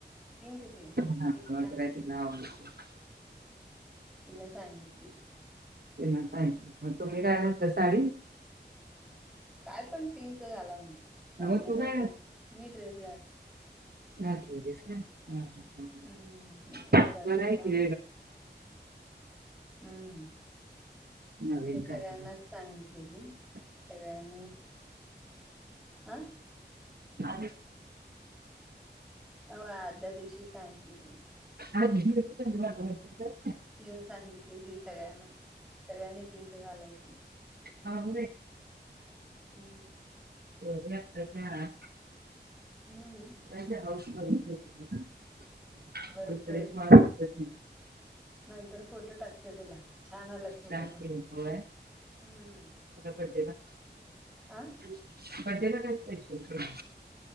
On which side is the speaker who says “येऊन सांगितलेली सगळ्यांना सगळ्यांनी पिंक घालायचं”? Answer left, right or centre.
Centre